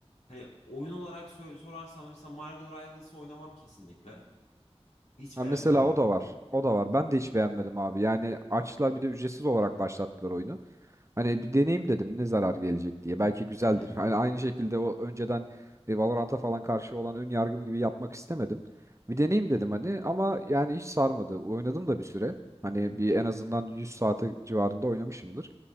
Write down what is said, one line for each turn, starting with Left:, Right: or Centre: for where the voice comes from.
Left: Hani oyun olarak sö- sorarsam da mesela Marvel Rivals'ı oynamam kesinlikle. Hiç
Right: Ha
Left: beğenmedim
Right: mesela o
Left: çünkü.
Right: da var. O da var. Ben de hiç beğenmedim abi. Yani açtılar bir de ücretsiz olarak başlattılar oyunu. Hani bir deneyim dedim ne zarar gelecek diye. Belki güzeldir.
Left: Hı hı.
Right: Hani aynı şekilde o önceden e, Valorant'a falan karşı olan ön yargım gibi yapmak istemedim. Bir deneyim dedim hani ama yani hiç sarmadı. Oynadım da bir süre. Hani bir en azından 100 saate civarında oynamışımdır.